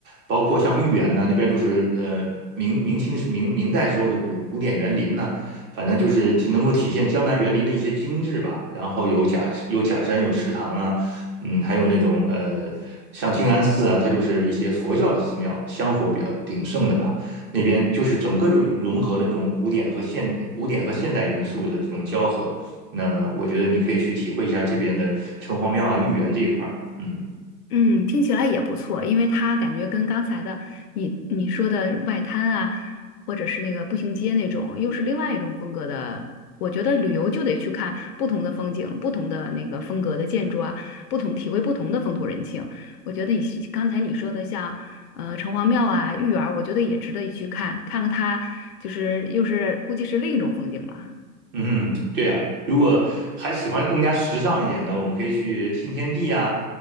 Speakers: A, on the right (about 25°); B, on the left (about 65°).
A: 包括像豫园呢，那边都是呃明明清时明明代时候的古古典园林呢，反正就是体能够体现江南园林的一些精致吧。然后有假有假山，有池塘啊，嗯，还有那种呃像静安寺啊，它就是一些佛教的寺庙，香火比较鼎盛的吧。那边就是整个就融合了这种古典和现古典和现代元素的这种交合。那么我觉得你可以去体会一下这边的城隍庙啊、豫园这一块儿，嗯。
B: 嗯，听起来也不错，因为它感觉跟刚才的你你说的外滩啊，或者是那个步行街那种，又是另外一种风格的。我觉得旅游就得去看不同的风景、不同的那个风格的建筑啊，不同体会不同的风土人情。我觉得你是刚才你说的像呃城隍庙啊、豫园儿我觉得也值得一去看，看看它就是又是估计是另一种风景了。
A: 嗯，对啊，如果还喜欢更加时尚一点的，我们可以去新天地啊，